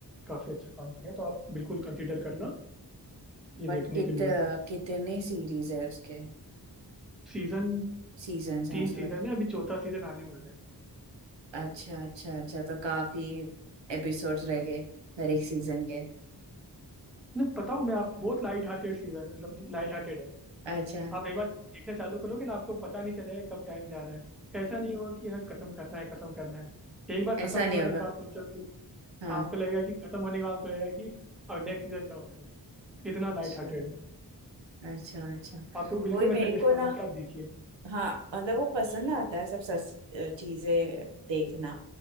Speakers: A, in the centre; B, on the right (about 90°).
A: काफी अच्छा काम किया तो आप बिल्कुल कंसिडर करना ये
B: बट
A: देखने
B: कित
A: के लिए
B: कितने सीरीज है उसके
A: सीजन
B: सीजन्स
A: तीन
B: हाँ सॉरी
A: सीजन है अभी चौथा सीजन आने वाला है
B: अच्छा अच्छा अच्छा तो काफी एपिसोड्स रह गए हर एक सीजन के
A: मतलब बताओ मैं आप बहुत लाइट हार्टेड सीजन है मतलब लाइट हार्टेड है
B: अच्छा
A: आप एक बार देखना चालू करोगे ना आपको पता नहीं चलेगा कि कब टाइम जा रहा है ऐसा नहीं होगा कि यार खत्म करना है खत्म करना है एक बार
B: ऐसा
A: खत्म होगा
B: नहीं
A: तो
B: होगा
A: फिर आप सोचो कि
B: हाँ
A: आपको लगेगा कि खत्म होने के बाद आपको लगेगा कि अब नेक्स्ट सीजन कब आएगा इतना
B: अच्छा
A: लाइट हार्टेड है
B: अच्छा अच्छा
A: आपको बिल्कुल
B: वही मेरे
A: मैं सजेस्ट
B: को
A: करूंगा
B: ना
A: कि आप देखिए
B: हाँ मतलब वो पसंद आता है सब सस अ, चीजें देखना